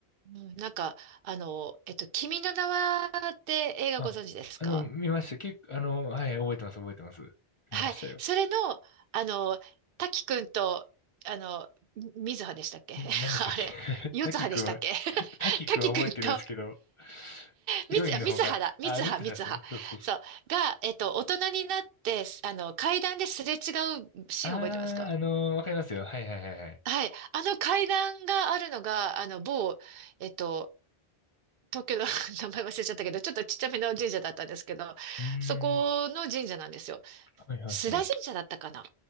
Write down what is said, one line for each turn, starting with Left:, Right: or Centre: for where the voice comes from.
Right: うん、なんか、あの、えっと、君の名はって映画ご存知ですか
Left: あ、あの、見ました。結構、あの、はい、覚えてます、覚えてます。見ましたよ。
Right: はい。それの、あの、滝くんと、あの、み水葉でしたっけ
Left: み、
Right: <laughs>
Left: 何でしたっけ
Right: あれ、四葉でしたっけ
Left: <laughs> 滝くんは、た、
Right: <laughs>
Left: 滝くんは覚えてるんですけど、
Right: 滝くんと
Left: ヒロインの方が、
Right: みつ、あ、みつはだ。みつは、
Left: あ、見てたんですね。
Right: みつは。
Left: そうそうそう。
Right: そう。が、えっと、大人になって、あの、階段ですれ違うシーン覚えてますか
Left: あー、あのーわかりますよ。はいはいはいはい。
Right: はい。あの階段があるのが、あの、某、えっと、東京の <laughs> 名前忘れちゃったけど、ちょっとちっちゃめの神社だったんですけど、
Left: うー
Right: そこの神社なんですよ。
Left: ん。はいはいはい。
Right: 須田神社だったかな。